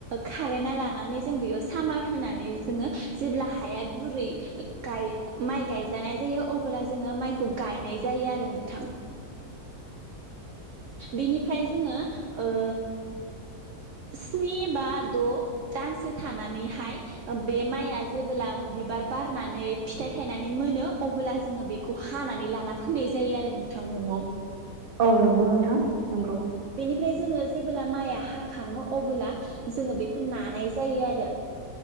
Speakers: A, on the right; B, on the right.
A: खारायना लानानै जों बेयाव सामार होनानै जोंङो जेब्ला हा हाया गुरै गाइ माइ गायजानाय जायो अब्ला जोंङो माइखौ गायनाय जायो आरो नोंथां। बेनिफ्राय जोंङो ओ स्नि, बा द' दानसो थानानैहाय बे माइआ जेबोब्ला बिबार बारनानै फिथाइ थायनानै मोनो अब्ला जोंङो बेखौ हानानै लाना फैनाय जायो आरो नोंथां न'आव।
B: औ नंग गौ नोंथां नंगौ।
A: फ्राय जोंङो जेबोला माइआ हाखांङो अबोला जोंङो बेखौ नानाय जायो आरो।